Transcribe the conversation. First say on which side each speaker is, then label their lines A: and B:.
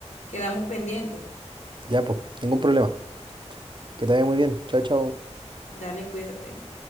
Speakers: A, on the left; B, on the right.
A: quedamos pendientes.
B: Ya, pues, ningún problema. Que te vaya muy bien. Chao, chao.
A: Dale, cuídate.